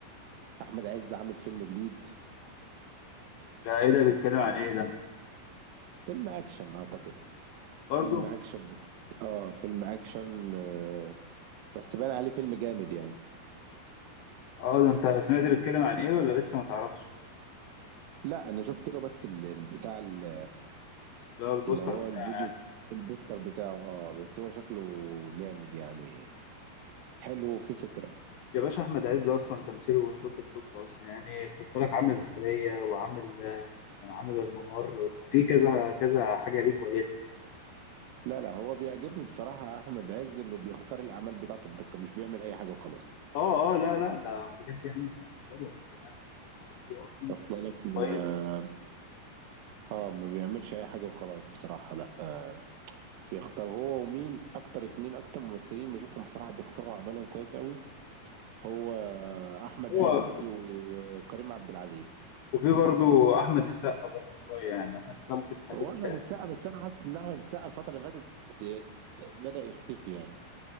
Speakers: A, on the right; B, on the left.
A: احمد عز عامل فيلم جديد
B: ده ايه ده بيتكلم عن ايه ده
A: فيلم اكشن اعتقد
B: برضو
A: فيلم اكشن بس اه فيلم اكشن آه بس بان عليه فيلم جامد يعني
B: اه ده انت سمعت بيتكلم عن ايه ولا لسه ما تعرفش
A: لا انا شفت له بس ال- ال- بتاع ال-
B: لا البوستر
A: اللي هو
B: بتاعه
A: الفيديو
B: يعني
A: البوستر بتاعه اه بس هو شكله جامد يعني حلو وفي فكرة
B: يا باشا احمد عز اصلا تمثيله توب التوب اصلا يعني خد بالك عامل الخلية وعامل آه، كان عامل الممر ففي كذا كذا حاجة ليه كويسة
A: لا لا هو بيعجبني بصراحة احمد عز انه بيختار الاعمال بتاعته بدقة مش بيعمل اي حاجة وخلاص
B: اه اه لا لا ده بجد يعني على وضعه من زمان يعني هو تمثيله اصلا
A: اصلا لك ما
B: كويس
A: اه ما بيعملش اي حاجة وخلاص بصراحة لا آه بيختار هو ومين اكتر اتنين اكتر ممثلين بشوفهم بصراحة بيختاروا اعمالهم كويس قوي هو احمد
B: هو
A: عز وكريم عبد العزيز
B: وفي برضو احمد السقا برضو شويه يعني احمد السقا ممكن تخليه
A: هو احمد
B: تعب
A: السقا بس انا حاسس ان احمد السقا الفتره اللي فاتت آه، بدأ يختفي يعني